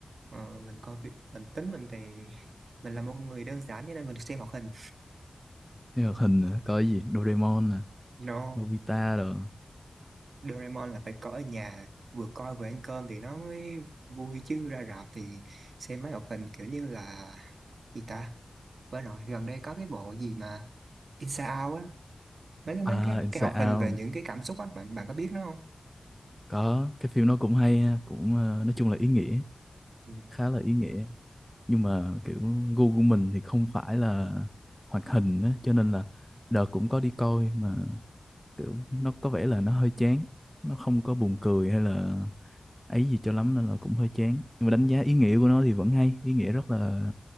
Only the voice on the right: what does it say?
ờ, mình coi vi- mình tính mình thì <laughs> mình là một người đơn giản cho nên mình xem hoạt hình
no
Doraemon là phải coi ở nhà vừa coi vừa ăn cơm thì nó mới vui chứ ra rạp thì xem mấy hoạt hình kiểu như là gì ta với nội gần đây có cái bộ gì mà Inside Out á mấy cái mấy
cái
cái hoạt
hình về những cái cảm xúc á bạn bạn có biết nó không
Ừ.